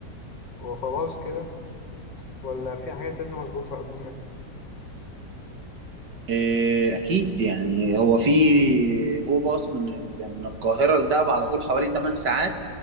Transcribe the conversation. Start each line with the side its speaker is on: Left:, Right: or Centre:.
Left: وخلاص كده ولا في حاجات لازم أظبطها قبليها
Right: إيه، أكيد يعني هو في جو باص من ال- من القاهرة لدهب على طول حوالي 8 ساعات